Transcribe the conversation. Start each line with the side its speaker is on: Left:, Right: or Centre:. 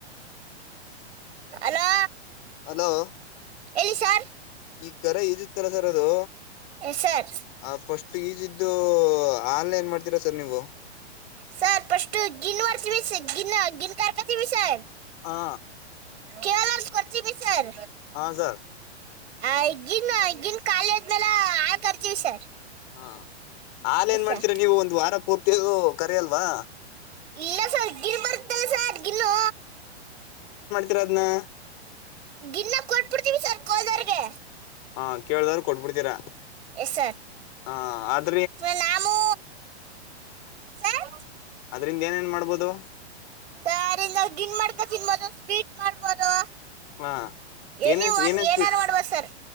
Right: ಅಲೋ
Left: ಹಲೋ
Right: ಹೇಲಿ ಸಾರ್
Left: ಈ ಕರ ಇದಿತ್ತಲ ಸರ್ ಅದು
Right: ಎಸ್ ಸರ್
Left: ಆ ಫಸ್ಟ್ ಫೀಜ ಇದ್ದು ಹಾಲ್ ಏನ್ ಮಾಡ್ತೀರಾ ಸರ್ ನೀವು.
Right: ಸರ್ ಪಷ್ಟು ಗಿನ್ವರ್ತೀವಿ ಗಿನ್ ಗಿನ್ ಕಾರ್ಕತೀವಿ ಸರ್.
Left: ಹಾ
Right: ಕೆವಲ್ರ್ಸ್ ಕೊರ್ತಿವಿ ಸರ್.
Left: ಹ ಸರ್.
Right: ಆ ಗಿನ್ನ ಗಿನ್ ಖಾಲಿ ಆದ್ಮೇಲ ಹಾಲ್ ಕರ್ತೀವ್ ಸರ್.
Left: ಹಾ ಹಾಲ್
Right: ಎಸ್
Left: ಏನ್ ಮಾಡ್ತೀರಾ
Right: ಸರ್
Left: ನೀವು ಒಂದ್ ವಾರ ಪೂರ್ ತಿಗು ಕರ್ಯಲ್ವಾ.
Right: ಇಲ್ಲ ಸರ್ ಗಿಣ್ಣ್ ಬರುತ್ತಲ್ಲ ಸರ್ ಗಿಣ್ಣು.
Left: ತ್ರಾದ್ನ್
Right: ಗಿನ್ನ ಕೊಟ್ಬಿಡ್ತೀವಿ ಸರ್ ಗೋಲ್ದೋವ್ರ್ಗೆ.
Left: ಹಾ ಕೇಳ್ದಾರ್ ಕೊಟ್ಬುಡ್ತೀರಾ
Right: ಎಸ್
Left: ಹ. ಆರ್
Right: ಸರ್ ನಾಮೂ ಸರ್
Left: ಅದ್ರಿಂದ ಏನೇನ್ ಮಾಡ್ಬೋದು
Right: ಸರ್ ಇನ್ ಗಿಣ್ ಮಾಡ್ ತಿನ್ಬೋದು ಸ್ವೀಟ್ ಮಾಡ್ಬೋದು.
Left: ಹಾ
Right: ಎನಿ
Left: ಏನೇನ್
Right: ಒನ್
Left: ಏನೇನ್
Right: ಏನಾರು
Left: ಸ್ಪೀಡ್
Right: ಮಾಡ್ಬೊದು ಸರ್.